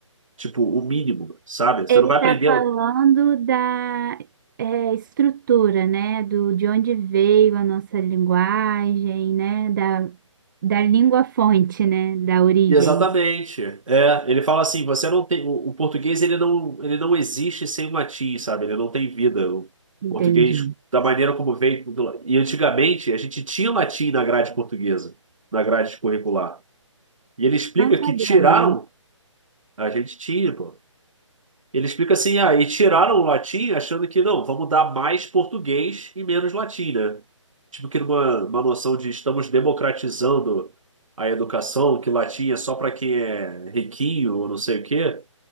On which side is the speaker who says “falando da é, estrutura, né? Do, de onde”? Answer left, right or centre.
Right